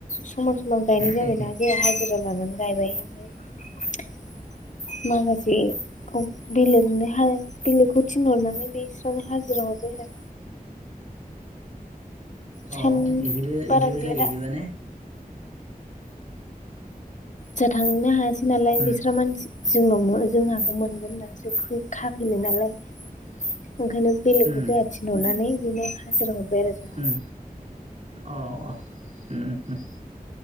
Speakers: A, on the left (about 55°); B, on the right (about 50°).
A: समाज समान गायनाय जाबायना
B: औ
A: जेहा हाजिरा लानानै गायबाय ओमफ्राय माखासे बेखौ बिलेजोंनो बिलोखौ थिनहरनानै बेस्रावनो हाजिरा हरबाय आरो
B: अ
A: सान
B: इदिबो
A: बारा
B: इदिबो
A: गैला
B: जायो
A: दा
B: एदियाान ने।
A: जों थांनो हायासै नालाय
B: उम
A: बिस्रा मानसि जोंनाव जोंहा नाखौ मोनगोन होननानैसो फै खाफैनाय नालाय। ओंखायनो बेलेगखौ
B: उम
A: जोंहा थिनहरनानै बिनो हाजिर हरबाय आरो जोंहा।
B: उम अ ओम